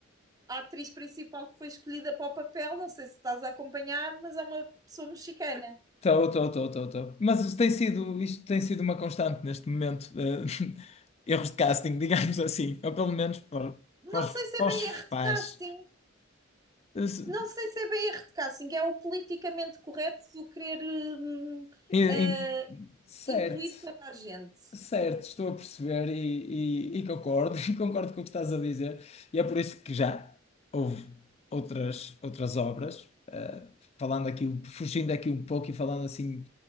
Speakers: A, on the right; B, on the left.
A: a atriz principal que foi escolhida para o papel, não sei se estás a acompanhar, mas é uma pessoa mexicana.
B: Estou, estou, estou, estou, estou. Mas isto tem sido, isto tem sido uma constante neste momento. eh, <laughs> erros de casting, <laughs> digamos assim. Ou pelo menos para,
A: Não
B: para, os-
A: sei se
B: para
A: é bem
B: os fãs.
A: erro de casting,
B: Eh, se-
A: não sei se é bem erro de casting, é o politicamente correto do querer hum, uh,
B: em- em- certo.
A: incluir toda a gente.
B: Certo, estou a perceber e, e- e concordo, <laughs> concordo com o que estás a dizer. E é por isso que já houve outras, outras obras, eh, falando aqui, um- fugindo aqui um pouco e falando assim,